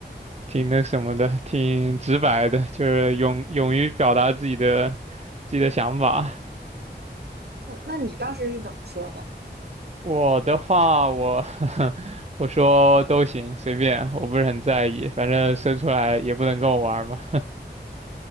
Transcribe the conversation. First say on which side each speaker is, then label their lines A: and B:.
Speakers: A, on the right (about 40°); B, on the right (about 65°).
A: 挺那什么的，挺直白的，就是勇勇于表达自己的自己的想法。
B: <laughs> 那那你当时是怎么说的？
A: 我的话，我 <laughs> 我说都行，随便，我不是很在意，反正生出来也不能跟我玩儿嘛。